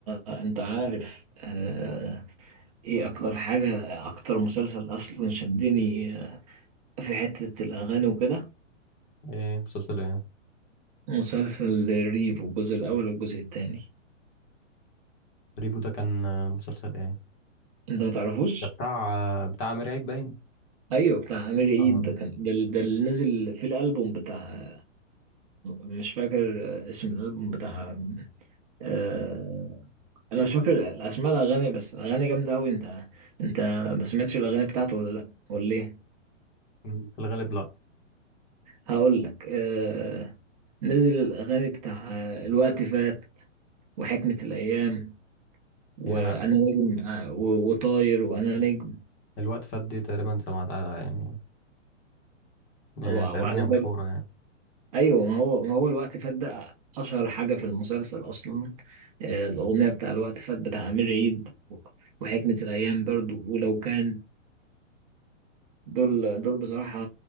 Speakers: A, on the right; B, on the left.
A: انت عارف آه، ايه اكتر حاجة اكتر مسلسل اصلا شدني في حتة الاغاني وكده
B: ايه مسلسل ايه
A: مسلسل ريفو الجزء الاول والجزء التاني
B: ريفو ده كان آه، مسلسل ايه
A: انت ما تعرفوش
B: ده بتاع آه، بتاع امير عيد باين
A: ايوه بتاع امير عيد
B: اه
A: ده كان ده, ال- ده اللي نزل في الالبوم بتاع مش فاكر اسم الالبوم بتاع آه... انا مش فاكر اسماء الاغاني بس اغاني جامدة قوي انت انت ما سمعتش الاغاني بتاعته ولا لا ولا ليه
B: في الغالب لا
A: هقول لك آه... نزل الاغاني بتاع آه، الوقت فات وحكمة الايام وانا
B: يعني انا
A: نجم آه، و- وطاير وانا نجم
B: الوقت فات دي تقريبا سمعتها يعني يعني
A: و- وعلى
B: تقريبا هي مشهورة
A: باب
B: يعني
A: ايوه ما هو ما هو الوقت فات ده اشهر حاجه في المسلسل اصلا آه، الاغنيه بتاع الوقت فات بتاع امير عيد و- وحكمه الايام برضو ولو كان دول دول بصراحة